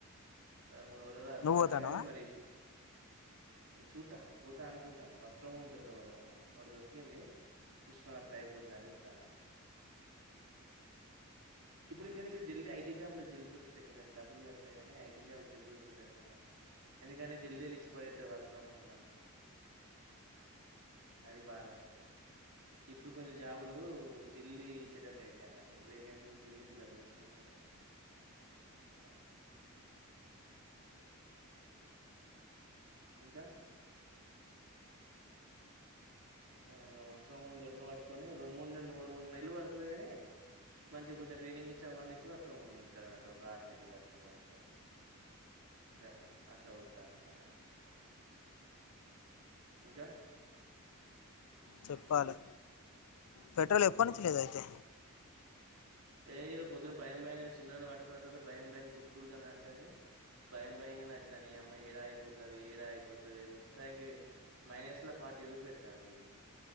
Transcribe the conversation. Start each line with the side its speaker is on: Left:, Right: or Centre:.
Right: రవ్ మూడు రోజులు అత్తరంటగని
Left: నువ్వు పోతానవా
Right: మరీ? చూత్త, పోత అనుకుంటాన వర్క్ ఫ్రమ్ హోమ్ దొరకబడదామని. ఒకటి దొరికింది చూసుకొని అత్ త్త అయిపోతదని చూత్తాన. ఇప్పుడు ఇంకెందుక్ర జల్ది ఐటీ జాబ్లు జల్ది దొరుకుతయి కొంచమ్ డబ్బులు కడతెకానీ, ఐటీ జాబ్ లు జల్లీ దొరికేటట్టు ఉన్నయి. ఎందుకంటే జల్దీ ఇచ్చి పడేత్తరు వర్క్ ఫ్రమ్ హోమ్ అని. అది బాధ. ఇప్పుడు కొంచెం జాబులు జల్దీ ఇచ్చేటట్టు అయితయి అన్నట్టు. వేకెన్సీస్ జల్దీ ఫిల్అప్ చేసుకుంటరు అట్లా. ఇంకా? చుత్తాన, వర్క్ ఫ్రమ్ హోమ్ దొరక పట్టుకొని రెండు, మూడు నె రెండు, మూడు నెలలు పడుతది కానీ, మంచిగా కొంచెం ట్రైనింగ్ ఇచ్చి అవన్ని ఇచ్చి వర్క్ ఫ్రమ్ హోమ్ ఇత్తడు అన్నట్టు ఒక ఆరు నెలలు కడితే మంచిగా గట్ల. అట్ల చుత్తానిగ నేను. ఇంకా?
Left: చెప్పాలె, పెట్రోల్ ఎప్పనుంచి లేదు అయితే?
Right: ఏ ఇగ పొద్దున భయం భయంగనే చిన్నగనే పట్టుకున్న తర్వాత భయం భయం గుడుగుడుగని అంటాంది. భయం భయంగనే అచ్చినా నీ అమ్మా ఏడ ఆగిపోతది, ఏడ ఆగిపోతది మొత్తానికి మైనస్ ల ఫార్టీ చూ పెడతాంది ఇది.